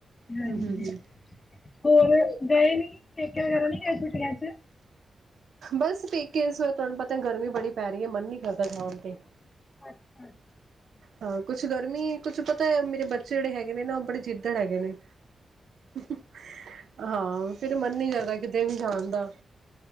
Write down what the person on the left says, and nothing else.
ਹਾਂਜੀ,
ਹੋਰ ਗਏ ਨੀ ਪੇਕਿਆ ਵਗੈਰਾ, ਨਹੀਂ ਗਏ ਛੁੱਟੀਆਂ ਚ
ਅੱਛਾ।